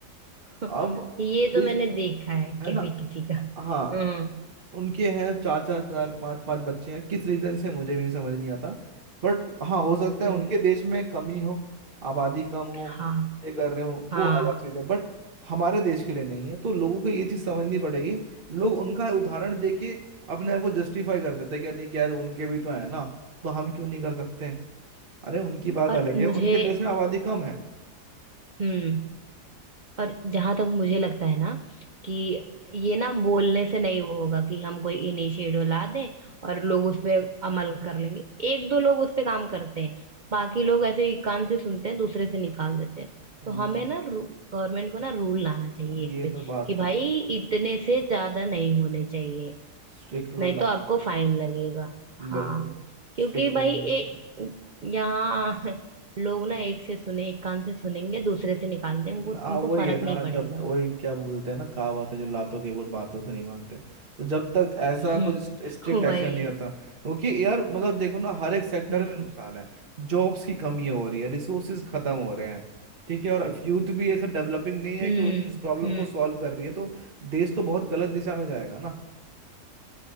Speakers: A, on the right; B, on the right.
A: <laughs>
B: अब
A: ये तो
B: इस-
A: मैंने देखा है
B: है
A: किसी
B: ना
A: किसी का
B: हाँ
A: हम्म
B: उनके हैं चार चार चार पांच पांच बच्चे हैं किस रीजन से मुझे भी नहीं समझ नहीं आता बट हाँ हो सकता है
A: हम्म
B: उनके देश में कमी हो आबादी कम हो
A: हाँ
B: इसलिए कर रहे हो वो
A: हाँ
B: अलग चीज है बट हमारे देश के लिए नहीं है तो लोगों को ये चीज समझनी पड़ेगी लोग उनका उदाहरण देके अपने आप को जस्टिफाई कर देते हैं कि "अरे नहीं क्या यार उनके भी तो है ना तो हम क्यों नहीं कर सकते हैं अरे उनकी बात
A: और
B: अलग
A: मुझे
B: है उनके देश में आबादी कम है
A: हम्म और जहां तक मुझे लगता है ना कि ये ना बोलने से नहीं वो होगा कि हम कोई इनिशिएटिव ला दें और लोग उस पे अमल कर लेंगे एक दो लोग उस पे काम करते हैं बाकी लोग ऐसे एक कान से सुनते हैं दूसरे से निकाल देते हैं
B: हम्म
A: तो हमें ना गवर्नमेंट को ना रूल लाना चाहिए
B: अब ये
A: इस पे
B: तो बात
A: कि
B: है
A: भाई इतने से ज्यादा नहीं होने चाहिए
B: स्ट्रिक्ट रूल
A: नहीं
B: लाना
A: तो आपको
B: चाहिए
A: फाइन लगेगा हाँ
B: बिल्कुल
A: क्योंकि
B: स्ट्रिक्ट
A: भाई
B: रूल लाना
A: ए,
B: चाहिए
A: यहाँ <laughs> लोग ना एक से सुने एक कान से सुनेंगे दूसरे से निकाल देंगे उनको
B: हाँ
A: उनको
B: वही
A: फर्क
B: है ना
A: नहीं पड़ेगा
B: जब तक वही क्या बोलते हैं ना कहावत है जो लातों के भूत बातों से नहीं मानते तो जब तक ऐसा
A: <laughs> हम्म
B: कुछ स्ट्रिक्ट एक्शन
A: वही
B: नहीं होता क्योंकि यार मतलब देखो ना हर एक सेक्टर
A: हम्म
B: में नुकसान है जॉब्स की कमी हो रही है रिसोर्सेज खत्म हो रहे हैं ठीक है और यूथ भी ऐसा डेवलपिंग नहीं है
A: हम्म
B: कि उस प्रॉब्लम
A: हम्म
B: को सॉल्व कर रही है तो देश तो बहुत गलत दिशा में जाएगा ना